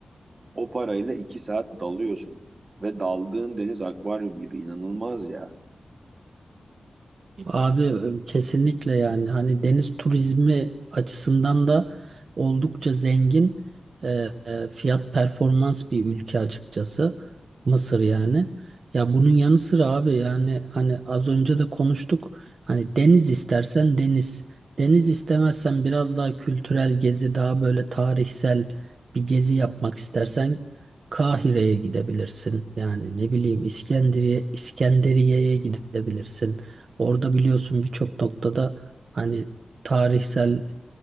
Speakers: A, on the right; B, on the right.
A: o parayla 2 saat dalıyorsun. Ve daldığın deniz akvaryum gibi inanılmaz ya.
B: Abi e, kesinlikle yani hani deniz turizmi açısından da oldukça zengin e, e, fiyat performans bir ülke açıkçası Mısır yani. Ya bunun yanı sıra abi yani hani az önce de konuştuk hani deniz istersen deniz deniz istemezsen biraz daha kültürel gezi daha böyle tarihsel bir gezi yapmak istersen Kahire'ye gidebilirsin yani ne bileyim İskenderiye İskenderiye'ye gidebilirsin. Orada biliyorsun birçok noktada hani tarihsel